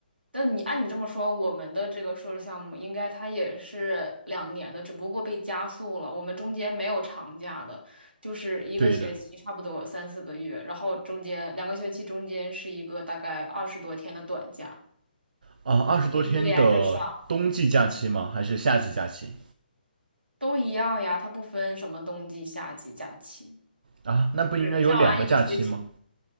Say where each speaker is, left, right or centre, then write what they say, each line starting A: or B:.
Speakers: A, on the right (about 80°); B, on the right (about 60°).
A: 那你按你这么说，我们的这个硕士项目应该它也是两年的，只不过被加速了。我们中间没有长假的，就是一个学期差不多三四个月，
B: 对的，
A: 然后中间两个学期中间是一个大概二十多天的短假，
B: 啊，二十多天的冬季假期吗？
A: 就一直连着上，
B: 还是夏季假期？
A: 都一样呀，它不分什么冬季、夏季假期，
B: 啊，那不应该有两个假期吗？
A: 是上完一个学期。